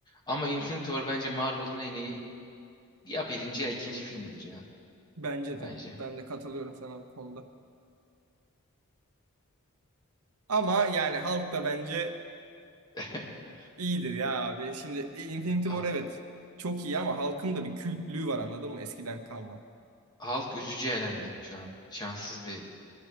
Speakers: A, on the left (about 20°); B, on the right (about 80°).
A: Ama Infinity War bence Marvel'ın en iyi ya birinci ya ikinci filmidir ya
B: Bence
A: bence.
B: de. Ben de katılıyorum sana bu konuda. Ama yani Hulk da bence
A: <laughs>
B: iyidir ya abi. Şimdi Infinity War
A: Ha-
B: evet çok iyi ama Hulk'ın da bir kültlüğü var anladın mı? Eskiden kalma.
A: Hulk üzücü elendi şu an. Şanssız bir